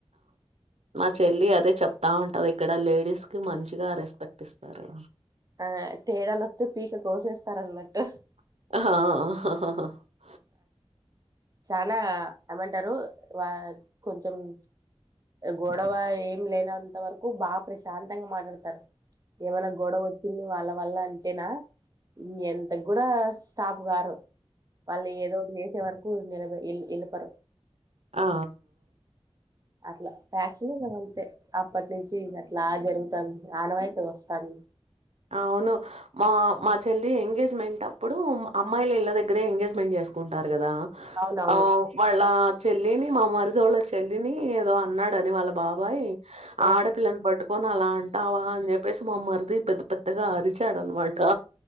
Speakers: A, on the right; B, on the right.
A: నా చెల్లి అదే చెప్తా ఉంటది ఇక్కడ లేడీస్ కి మంచిగా రెస్పెక్ట్ ఇస్తారు
B: ఆ తేడాలు వస్తే పీక కోసేస్తారన్నట్టు
A: ఆాా
B: చాలా ఏమంటారు వా కొంచెం గొడవ ఏం లేనంత వరకు బాగా ప్రశాంతంగా మాట్లాడతారు ఏమైనా గొడవ వచ్చింది వాళ్ళ వల్ల అంటేనా ఎంత కూడా స్టాబ గారు మళ్ ఏదో చేసే వరకు ఎళపర
A: ఆ
B: అట్లా ప్యాచనే మ అళ్ంతే అప్పతే నుంచి లా జరుగుతుంది ఆనవాయట స్తారి
A: అవును మా మా చెల్లి ఎంగేజ్మెంట్ అప్పుడు అమ్మాయిలు ఇళ్ళ దగ్గరే ఎంగేజ్మెంట్ చేసుకుంటారు కదా
B: అవునవును
A: ఆ వాళ్ళ చెల్లిని మామారితోళ్ళ చెల్లిని ఏదో అన్నాడని వాళ్ళ బాబాయ్
B: ఆ
A: ఆడపిల్లని పట్టుకొని అలా అంటావా అని చెప్పేసి మామ్మది ఇ ఇప్పతేగాారి చడను మాటా